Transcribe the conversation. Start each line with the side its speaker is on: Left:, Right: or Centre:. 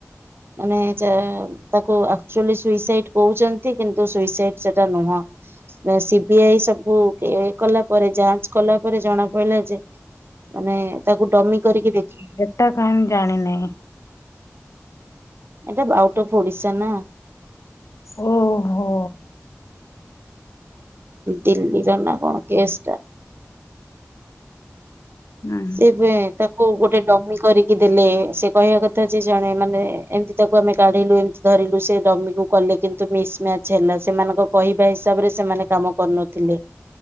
Right: ମାନେ ଚାମ୍ ତାକୁ ଆକ୍‌ଚୁଆଲି ସୁଇସାଇଟ୍ କହୁଛନ୍ତି କିନ୍ତୁ ସୁଇସାଇଟ୍ ସେଟା ନୁହଁ ସିବିଆଇ ସବୁ କେୱାଇ କଲା ପରେ ଯାଞ୍ଚ କଲା ପରେ ଜଣା ପାଇଲା ଯେ ମାନେ ତାକୁ ଡମି କରିକି ଦେଖି
Left: ତା କାହାଣି ଜାଣିନାଇଁ
Right: ଏଟା ବା ଆଉଟ୍ ଅଫ୍ ଓଡିଶା ନାଁ
Left: ଓହୋ
Right: ଦିଲ୍ଲୀର ନାଁ କଣ କେସ୍ ଟା
Left: ହୁଁ ନା
Right: ସେବେ ତାକୁ ଗୋଟେ ଡମି କରି କି ଦେଲେ ସେ କହିବା କଥା ଯେ ଜଣେ ମାନେ ଏମ୍‌ତି ତାକୁ ଆମେ କାଢ଼ିଲୁ ଏମ୍‌ତି ଧରିଲୁ ସେ ଡମିକୁ କଲେ କିନ୍ତୁ ମିସ୍‌ମ୍ୟାଚ୍ ହେଲା ସେମାନଙ୍କ କହିବା ହିସାବ୍‌ରେ ସେମାନେ କାମ କର୍‌ନଥିଲେ